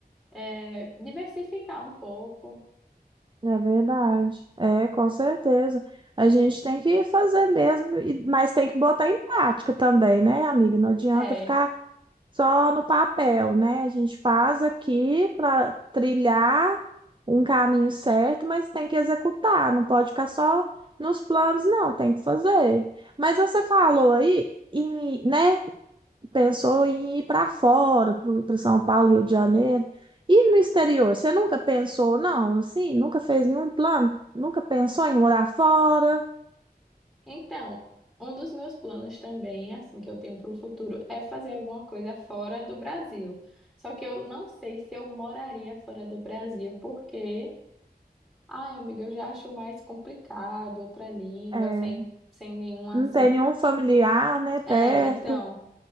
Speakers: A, in the centre; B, on the right (about 30°).
A: é, diversificar um pouco.
B: É verdade. É, com certeza. A gente tem que fazer mesmo, e- mas tem que botar em prática também, né, amiga? Não adianta
A: É.
B: ficar só no papel, né? A gente faz aqui para trilhar um caminho certo, mas tem que executar, não pode ficar só nos planos, não, tem que fazer. Mas você falou aí, em, né? pensou em ir para fora, para São Paulo, Rio de Janeiro. E no exterior, você nunca pensou, não, assim, nunca fez nenhum plano, nunca pensou em morar fora,
A: Então, um dos meus planos também, assim, que eu tenho para o futuro, é fazer alguma coisa fora do Brasil. Só que eu não sei se eu moraria fora do Brasil, porque, ai, amiga, eu já acho mais complicado outra língua,
B: é,
A: sem, sem nenhuma,
B: não
A: assim.
B: tem nenhum familiar, né, perto.
A: É, então.